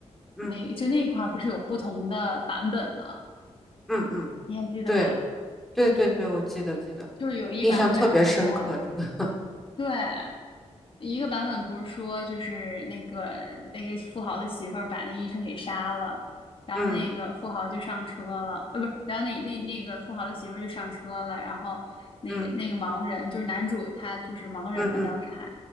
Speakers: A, in the centre; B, on the left.
A: 嗯
B: 那就那块儿不是有不同的版本吗？
A: 嗯嗯，
B: 你还记得吧？
A: 对对对对，我记得记得，
B: 就是有一版本是说。
A: 印象特别深刻这个。<laughs>
B: 对，一个版本不是说就是那个那个富豪的媳妇儿把那医生给杀了，然后那个富豪就上车了，
A: 嗯
B: 呃，不是，然后那那那个富豪的媳妇儿就上车了，然后那个那个盲人就是男主他就是盲人嘛，
A: 嗯嗯嗯
B: 当时还